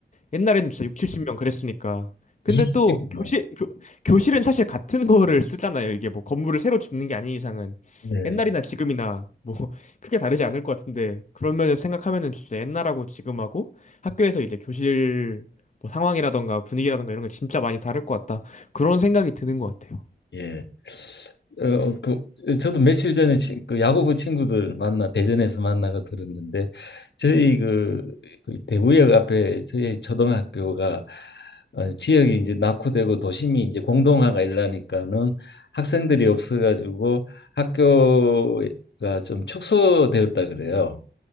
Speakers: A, on the left; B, on the left.
A: 옛날에는 진짜 6, 70명 그랬으니까. 근데
B: 이십
A: 또 교실
B: 명
A: 교, 교실은 사실 같은 거를 쓰잖아요. 이게 뭐 건물을 새로 짓는 게 아닌 이상은
B: 예.
A: 옛날이나 지금이나 뭐 <laughs> 크게 다르지 않을 것 같은데 그런면서 생각하면은 진짜 옛날하고 지금하고 학교에서 이제 교실 뭐 상황이라던가 분위기라던가 이런 게 진짜 많이 다를 것 같다. 그런 생각이 드는 것 같아요.
B: 예. 어, 그, 저도 며칠 전에 치, 그 야구부 친구들 만나 대전에서 만나고 들었는데 저희 그, 그 대구역 앞에 저희 초등학교가 어, 지역이 이제 낙후되고 도심이 이제 공동화가 일라니까는 학생들이 없어가지고 학교가 좀 축소되었다 그래요.